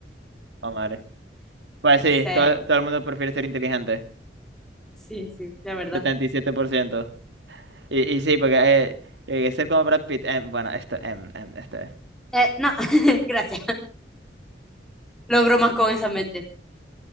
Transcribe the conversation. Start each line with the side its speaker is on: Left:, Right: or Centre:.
Right: Vamos a ver. Pues sí,
Centre: <laughs> Sí,
Right: todo, todo el mundo prefiere ser inteligente.
Centre: Sí, sí, la verdad.
Right: 77%. Y, siete por ciento. y y sí, porque eh, eh, ser como Brad Pitt, em, bueno, esto, em, em, esto.
Centre: Eh, no, <laughs> gracias. Logro más con esa mente.